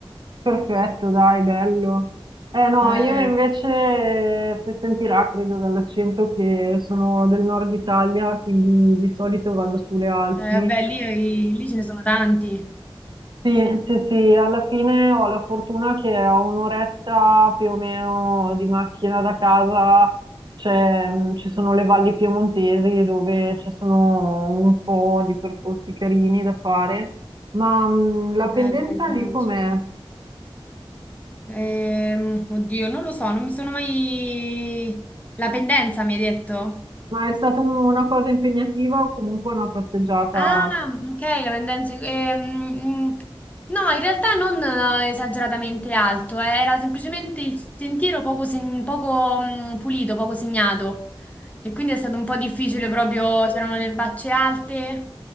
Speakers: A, on the right; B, on the left.
A: perfetto, dai, bello. Eh no,
B: Eh,
A: io invece, se sentirà, credo dall'accento che sono del nord Italia, quindi di solito vado sulle Alpi
B: eh, beh, lì, lì ce ne sono tanti.
A: Sì, sì, sì, alla fine ho la fortuna che a un'oretta più o meno di macchina da casa c'è, mh, ci sono le valli piemontesi dove ci sono un po' di percorsi carini da fare, ma mh, la pendenza
B: Eh, beh, immagino.
A: lì com'è?
B: Ehm, oddio, non lo so, non mi sono mai... La pendenza mi hai detto?
A: Ma è stata un- una cosa impegnativa o comunque una passeggiata?
B: Ah, ok, la pendenza. ehm, mm, no, in realtà non eh, esageratamente alto, eh, era semplicemente il sentiero poco, seg- poco, mm, pulito, poco segnato. E quindi è stato un po' difficile proprio, c'erano le erbacce alte.